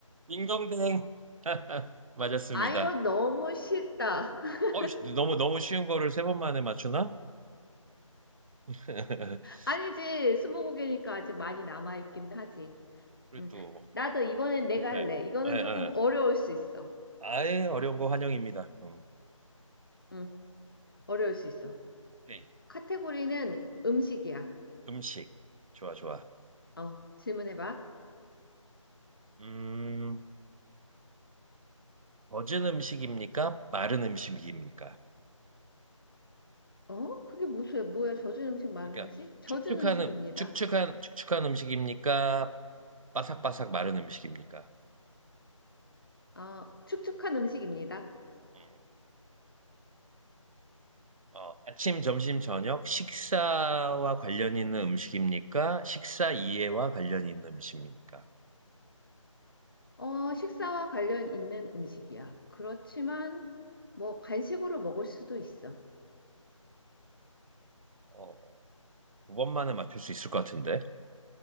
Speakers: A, on the right; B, on the left.
A: 딩동댕. <laughs> 맞았습니다.
B: 아, 이거 너무 쉽다. <laughs>
A: 어, 이씨, 너무 너무 쉬운 거를 세 번 만에 맞추나? <laughs>
B: 아니지, 스무고개니까 아직 많이 남아있긴 하지.
A: 그리고
B: 음,
A: 또
B: 나도 이번엔 내가
A: 오케이.
B: 할래.
A: 에,
B: 이거는
A: 에.
B: 조금 어려울 수 있어.
A: 아예 어려운 거 환영입니다. 음.
B: 음, 어려울 수 있어.
A: 오케이.
B: 카테고리는 음식이야.
A: 음식. 좋아, 좋아.
B: 어, 질문해봐.
A: 음, 젖은 음식입니까? 마른 음식입니까?
B: 어? 그게 무슨, 뭐야? 젖은 음식, 마른
A: 그러니까
B: 음식? 젖은
A: 축축한
B: 음식입니다.
A: 음- 축축한 축축한 음식입니까? 바삭바삭 마른 음식입니까?
B: 어, 축축한 음식입니다.
A: 음. 어, 아침, 점심, 저녁 식사와 관련 있는 음식입니까? 식사 이해와 관련 있는 음식입니까?
B: 어, 식사와 관련 있는 음식이야. 그렇지만, 뭐, 간식으로 먹을 수도 있어.
A: 어, 두 번만에 맞출 수 있을 것 같은데.